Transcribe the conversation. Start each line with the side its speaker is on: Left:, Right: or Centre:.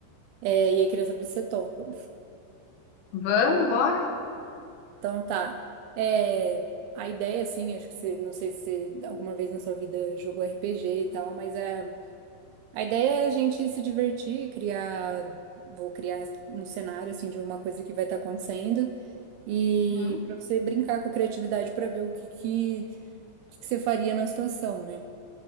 Right: É, e aí queria saber se você topa.
Left: Vamos, bora?
Right: Então tá. É, a ideia assim, acho que você não sei se alguma vez na sua vida jogou RPG e tal, mas é A ideia é a gente se divertir, criar, vou criar um cenário assim de uma coisa que vai estar acontecendo e
Left: Uhum,
Right: para você brincar com a criatividade para ver o que que, o que que você faria na situação, né?